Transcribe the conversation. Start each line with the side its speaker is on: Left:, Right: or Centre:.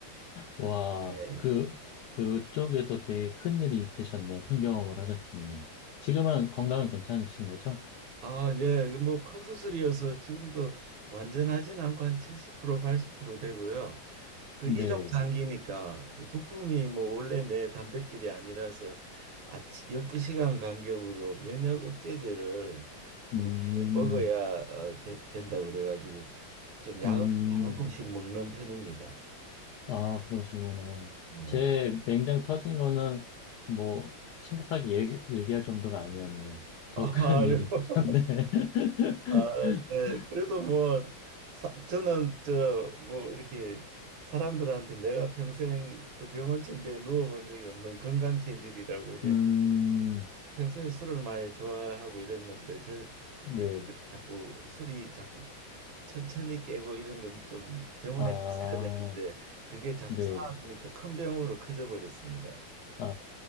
Left: 와,
Right: 네.
Left: 그, 그쪽에서 되게 큰 일이 있으셨네요. 큰 경험을 하셨었네요. 지금은 건강은 괜찮으신 거죠?
Right: 아, 예. 그 뭐큰 수술이어서 지금도 완전하지는 않고 한 70% 80% 되고요. 그
Left: 네.
Right: 이종 장기니까 부품이 뭐 원래 내 단백질이 아니라서 아침 12시간 간격으로 면역 억제제를
Left: 음,
Right: 이렇게 먹어야 어, 되- 된다고 그래가지고 좀 약을
Left: 음,
Right: 한 움큼씩 먹는 편입니다.
Left: 아, 그러시구나.
Right: 네.
Left: 제 맹장 터진 거는 뭐, 심각하게 얘기, 얘기할 정도가 아니었네요. 더 큰
Right: 아유.
Left: 일이 있으셨네.
Right: <laughs>
Left: <laughs>
Right: 아, 네. 그래도 뭐 사, 저는 저 뭐 이렇게 사람들한테 내가 평생 그 병원 침대에 누워본 적이 없는 건강 체질이라고 이랬는데
Left: 음,
Right: 평소에 술을 많이 좋아하고 이랬는데 별
Left: 네.
Right: 그, 자꾸 술이 자꾸 천천히 깨고 이런 건 좀 병원에
Left: 아,
Right: 갔어야 되는데 그게 자꾸
Left: 네.
Right: 쌓아두니까 큰 병으로 커져 버렸습니다.
Left: 아,